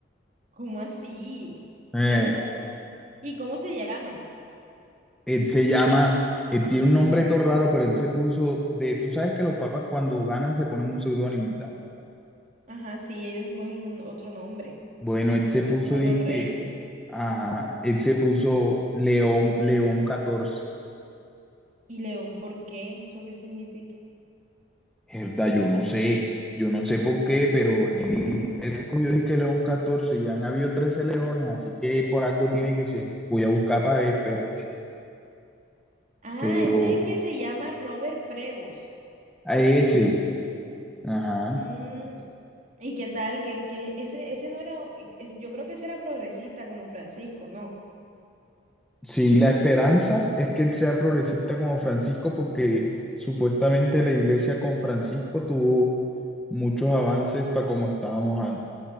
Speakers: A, on the right; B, in the centre.
A: ¿Cómo así?
B: Eh,
A: Ese pa- ¿Y cómo se llama?
B: él se llama, él tiene un nombre todo raro, pero él se puso de, tú sabes que los papas cuando ganan se ponen un seudónimo, ¿verdad?
A: Ajá, sí, ellos escogen un otro nombre,
B: Bueno, él se puso
A: como
B: disque,
A: los reyes.
B: ajá, él se puso León, León catorce.
A: ¿Y León por qué? ¿Eso qué significa?
B: Herda, yo no sé, yo no sé por qué, pero él, él escogió disque León catorce ya han habido 13 leones, así que por algo tiene que ser. Voy a buscar para ver, espérate.
A: Ah,
B: Pero
A: ese es el que se llama Robert Prevost.
B: a ese, ajá.
A: Mm, ¿y qué tal? Que, que ese, ese no era, e, es- yo creo que ese era progresista como Francisco, ¿no?
B: Sí, la esperanza es que él sea progresista como Francisco, porque supuestamente la iglesia con Francisco tuvo muchos avances para como estábamos antes.